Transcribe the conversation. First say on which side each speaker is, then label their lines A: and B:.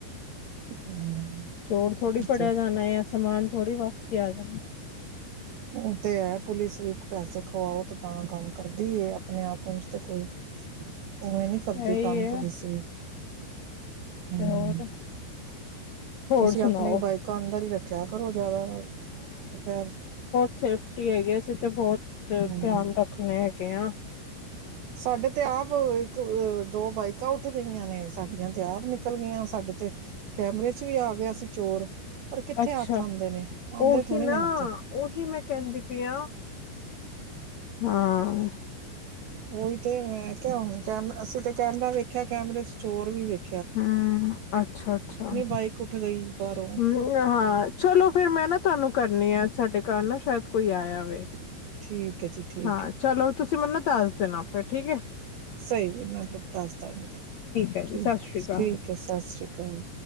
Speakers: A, on the right (about 70°); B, on the left (about 65°).
A: ਹਮ
B: ਚੋਰ ਥੋੜੀ
A: ਅੱਛਾ
B: ਫੜਿਆ ਜਾਣਾ ਹੈ। ਸਮਾਨ ਥੋੜ੍ਹੀ ਵਾਪਸੀ ਆ ਜਾਣਾ।
A: ਉਹ ਤੇ ਹੈ ਪੁਲਿਸ ਵੀ ਇੱਕ ਪੈਸੇ ਖਵਾਓ ਤੇ ਤਾਂ ਕੰਮ ਕਰਦੀ। ਆਪਣੇ ਆਪ ਤੇ ਕੋਈ ਉਵੇਂ ਨੀ ਕਰਦੀ
B: ਇਹੀ
A: ਕੰਮ
B: ਹੈ
A: ਪੁਲਿਸ ਵੀ। ਹੂੰ,
B: ਤੇ ਹੋਰ ਹੋਰ
A: ਤੁਸੀਂ
B: ਸੁਣਾਓ
A: ਆਪਣੀ ਬਾਈਕਾਂ ਅੰਦਰ ਹੀ ਰੱਖਿਆ ਕਰੋ ਜ਼ਿਆਦਾ ਦੁਪਹਿਰ
B: ਸੇਫ <unintelligible> ਛੁੱਟੀ ਹੈਗੀ, ਅਸੀਂ ਤੇ ਬਹੁਤ
A: ਹੂੰ,
B: ਧਿਆਨ ਰੱਖਣੇ ਹੈਗੇ ਆ।
A: ਸਾਡੇ ਤੇ ਆਪ ਤੇ ਉਹ ਦੋ ਬਾਈਕਾਂ ਉੱਠ ਗਈਆਂ ਨੇ, ਸਾਡੀਆਂ ਤੇ ਆਪ ਨਿਕਲ ਗਈਆਂ, ਸਾਡੇ ਤੇ ਕੈਮਰੇ ਚ ਵੀ ਆ ਗਿਆ ਸੀ ਚੋਰ। ਪਰ ਕਿੱਥੇ
B: ਅੱਛਾ,
A: ਹੱਥ ਆਉਂਦੇ ਨੇ ਆਉਂਦੇ
B: ਉਹੀ
A: ਥੋੜ੍ਹੀ
B: ਨਾ
A: ਨੇ ਹੱਥ
B: ਉਹੀ ਮੈਂ ਕਹਿੰਦੀ ਪਈ ਆਂ। ਹਾਂ।
A: ਉਹੀ ਤੇ ਮੈਂ ਕਿ ਹੁਨ ਟਾਈਮ ਅਸੀ ਤੇ। ਕੈਮਰਾ ਵੇਖਿਆ ਕੈਮਰੇ ਚ ਚੋਰ ਵੀ ਵੇਖ
B: ਹੂੰ ਅੱਛਾ, ਅੱਛਾ ਹੂੰ
A: ਬਾਈਕ ਉੱਠ ਗਈ ਬਾਹਰੋਂ
B: ਹਾਂ ਚਲੋ ਫਿਰ ਮੈਂ ਨਾ ਤੁਹਾਨੂੰ ਕਰਨੀ ਆ ਸਾਡੇ ਘਰ ਨਾ ਸ਼ਾਇਦ ਕੋਈ ਆਇਆ ਵੇ।
A: ਠੀਕ, ਠੀਕ ਹੈ ਜੀ, ਠੀਕ
B: ਹਾਂ
A: ਹੈ।
B: ਚਲੋ ਤੁਸੀਂ ਮੈਨੋ ਨਾ ਦੱਸ ਦੇਣਾ, ਫੇਰ ਠੀਕ ਏ।
A: ਸਹੀ ਹੈ, ਮੈਂ ਤੁਹਾਨੂੰ ਦੱਸਦਾਗੀ
B: ਹੈ
A: ਠੀਕ,
B: ਜੀ ਸਤਿ ਸ਼੍ਰੀ ਅਕਾਲ
A: ਠੀਕ ਹੈ ਸਤਿ ਸ੍ਰੀ ਅਕਾਲ।